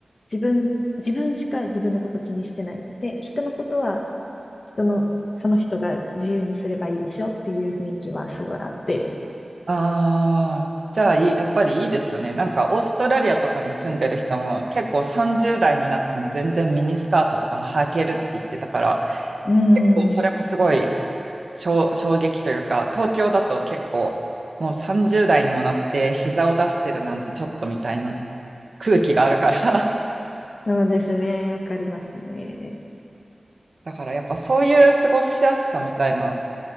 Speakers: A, on the left; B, on the right.
A: 自分、自分しか自分のこと気にしてない。で、人のことは人の、その人が自由にすればいいでしょっていう雰囲気はすごいあって。
B: ああ、じゃあいい、やっぱりいいですよね。なんかオーストラリアとかに住んでる人も結構30代になっても全然ミニスカートとか履けるって言ってたから、
A: うー
B: 結構それもすごい
A: ん。
B: 衝、衝撃というか、東京だと結構もう30代にもなって膝を出してるなんてちょっとみたいな空気があるから、
A: そうですね。わかりますね。
B: <laughs> だからやっぱそういう過ごしやすさみたいな